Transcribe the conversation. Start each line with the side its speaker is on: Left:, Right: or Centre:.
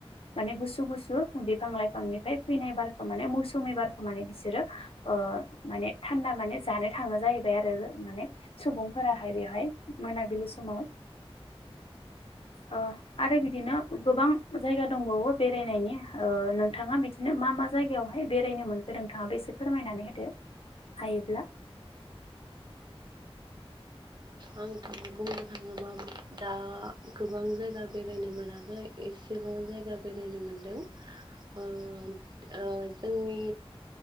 Left: माने गुसु गुसु बिफां लाइफांनिफ्राय फैनाय बारखौ माने मौ सुमि बारखौ माने बिसोरो ओ माने थान्दा माने जानो थाङो जाहैबाय आरो माने सुबुंफोराहाय बेहाय मोनाबिलि समाव ओ आरो बिदिनो गोबां जायगा दंबावो बेरायनायनि ओ नोंथाङा बिदिनो मा मा जायगायावहाय बेरायनो मोनखो नोंथाङा फोरमायनानै होदो हायोब्ला <inaudible>
Right: आंथ' बुंनो थाङोबा दा गोबां जायगा बेरायनो मोनाखै एसे <unintelligible> जायगा बेरायनो मोनदों ओ जोंनि